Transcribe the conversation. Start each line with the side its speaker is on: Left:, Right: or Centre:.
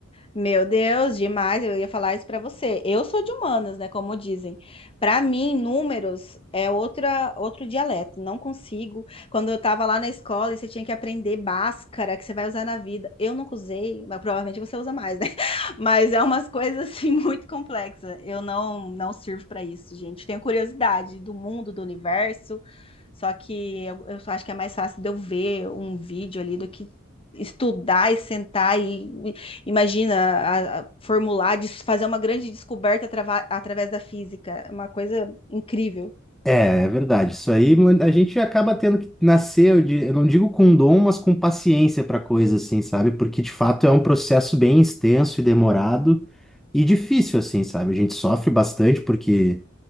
Left: Meu Deus, demais. Eu ia falar isso pra você. Eu sou de humanas, né? Como dizem. Pra mim, números é outra, outro dialeto. Não consigo. Quando eu tava lá na escola e você tinha que aprender Bhaskara, que você vai usar na vida. Eu nunca usei, mas provavelmente você usa mais, né? <laughs> Mas é umas coisas assim <laughs> muito complexas. Eu não, não sirvo pra isso, gente. Tenho curiosidade do mundo, do universo. Só que eu, eu só acho que é mais fácil de eu ver um vídeo ali do que estudar e sentar e imagina, a- a formular, des- fazer uma grande descoberta atrava- através da física. É uma coisa incrível.
Centre: É, é verdade. Isso aí mu- a gente acaba tendo que nascer, eu di- eu não digo com dom, mas com paciência para coisa assim, sabe? Porque de fato é um processo bem extenso e demorado e difícil assim, sabe? A gente sofre bastante porque